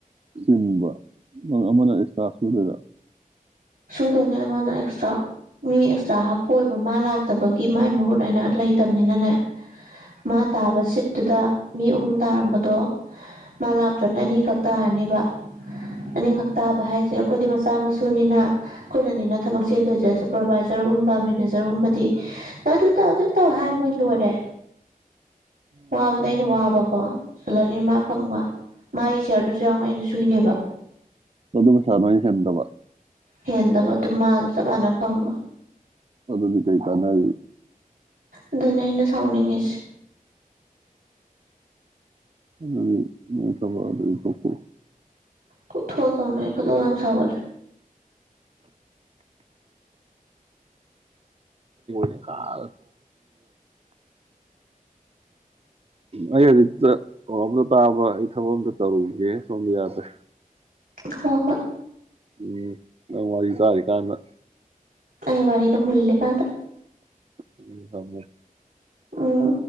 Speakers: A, on the right; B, on the right.
A: ꯆꯤꯟꯕ ꯅꯪ ꯑꯃꯅ ꯑꯦꯛꯁꯇ꯭ꯔꯥ ꯁꯨꯗꯣꯏꯔ
B: ꯁꯨꯗꯅꯦ ꯃꯥꯅ ꯑꯦꯛꯁꯇ꯭ꯔꯥ ꯃꯤ ꯑꯦꯛꯁꯇ꯭ꯔꯥ ꯍꯥꯞꯄꯏꯕ ꯃꯥ ꯂꯥꯛꯇꯕꯒꯤ ꯃꯥꯥꯏ ꯃꯍꯨꯠ ꯅ ꯂꯩꯇꯕꯅꯤꯅꯅꯦ ꯃꯥ ꯇꯥꯕ ꯁꯤꯞꯇꯨꯗ ꯃꯤ ꯑꯍꯨꯝ ꯇꯥꯔꯝꯕꯗꯣ ꯃꯥ ꯂꯥꯛꯇ꯭ꯔꯕꯅꯦ ꯑꯅꯤꯈꯛ ꯇꯥꯔꯅꯦꯕ ꯑꯅꯤꯈꯛ ꯇꯥꯕ ꯍꯥꯏꯁꯦ ꯑꯩꯈꯣꯏꯗꯤ ꯃꯆꯥ ꯃꯁꯨꯅꯤꯅ ꯑꯩꯈꯣꯏꯅꯅꯤꯅ ꯊꯕꯛ ꯆꯦꯟꯗꯣꯏꯁꯦ ꯁꯨꯄꯔꯚꯥꯏꯖꯔꯒꯨꯝꯕ ꯃꯦꯅꯦꯖꯔꯒꯨꯝꯕꯗꯤ ꯅ ꯑꯗꯨ ꯇꯧ ꯑꯗꯨ ꯇꯧ ꯍꯥꯏ ꯃꯣꯏ ꯂꯣꯏꯔꯦ ꯋꯥꯕꯗ ꯑꯩꯅ ꯋꯥꯕꯀꯣ ꯆꯜꯂꯅꯤ ꯃꯥ ꯐꯪꯕ ꯃꯥꯒꯤ ꯁꯤꯌꯥꯔꯗꯨꯁꯨ ꯌꯥꯎꯅ ꯑꯩꯅ ꯁꯨꯏꯅꯦꯕ
A: ꯑꯗꯨ ꯑꯗꯨꯕꯩꯁꯥ ꯅꯣꯏꯅ ꯁꯦꯝꯗꯕ
B: ꯍꯦꯟꯗꯕ ꯑꯗꯨ ꯃꯥꯁꯨ ꯆꯞ ꯃꯥꯟꯅ ꯐꯪꯕ
A: ꯑꯗꯨꯗꯗꯤ ꯀꯩ ꯀꯅꯥꯕꯤ
B: ꯑꯗꯨꯅ ꯑꯩꯅ ꯁꯥꯎꯅꯤꯡꯉꯤꯁꯦ
A: ꯑꯗꯨꯗꯤ ꯃꯄ ꯑꯗꯨꯗꯤ ꯄꯣꯛꯄꯣ
B: ꯀꯊꯣ ꯇꯧꯅ ꯀ ꯂꯝ ꯁꯒꯜ
A: ꯔ ꯈꯔ ꯑꯩꯗꯤ ꯀꯩꯅꯣꯝꯇ ꯇꯥꯕ ꯑꯩ ꯊꯕꯛ ꯑꯝꯇ ꯇꯧꯔꯨꯏꯒꯦ ꯁꯣꯝꯗ ꯌꯥꯗ꯭ꯔꯦ
B: ꯍ ꯍꯣꯏ
A: ꯎꯝ ꯅ ꯋꯥꯔꯤ ꯆꯔꯤ ꯀꯥꯟꯅ
B: ꯑꯩ ꯋꯥꯔꯗ ꯃꯂꯒꯥꯟꯗ
A: ꯎ ꯍꯅꯦ
B: ꯑꯣ